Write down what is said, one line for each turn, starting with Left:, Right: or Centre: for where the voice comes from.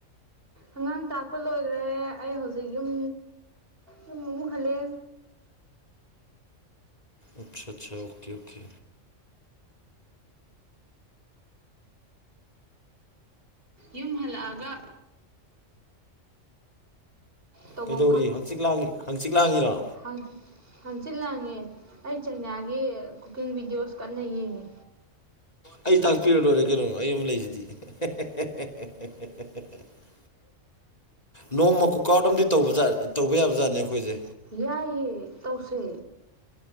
Right: ꯑꯉꯥꯡ ꯇꯥꯛꯄ ꯂꯣꯏꯈ꯭ꯔꯦ ꯑꯩ ꯍꯧꯖꯤ ꯖꯤꯛ ꯌꯨꯝ ꯌꯨꯝ ꯑꯃꯨꯛ ꯍꯜꯂꯦ
Left: ꯑꯆꯥꯆꯥ ꯑꯣꯀꯦ ꯑꯣꯀꯦ
Right: ꯌꯨꯝ ꯍꯜꯂꯛꯑꯒ ꯇꯧꯐꯝ
Left: ꯀꯩꯗꯧꯔꯤ ꯍꯪꯆꯤꯛ ꯂꯥꯡ ꯍꯥꯡꯆꯤꯛ ꯂꯥꯡꯉꯤꯔꯣ
Right: ꯍꯪ ꯍꯪꯆꯤꯠ ꯂꯥꯡꯉꯦ ꯑꯩ ꯆꯩꯅꯥꯒꯤ ꯀꯨꯀꯤꯡ ꯕꯤꯗꯤꯑꯣꯁ ꯀꯟꯅ ꯌꯦꯡꯉꯤ
Left: ꯑꯩ ꯇꯥꯛꯄꯤꯔ ꯂꯣꯏꯔꯦ ꯀꯩꯅꯣ ꯑꯩ ꯑꯃ ꯂꯩꯁꯤꯗꯤ <unintelligible> ꯅꯣꯡꯃ ꯀꯨꯛꯑꯥꯎꯠ ꯑꯃꯗꯤ ꯇꯧꯕꯖ ꯇꯧꯕ ꯌꯥꯕ ꯖꯥꯠꯅꯦ ꯑꯩꯈꯣꯏꯁꯦ
Right: ꯌꯥꯏꯌꯦ ꯇꯧꯁꯦ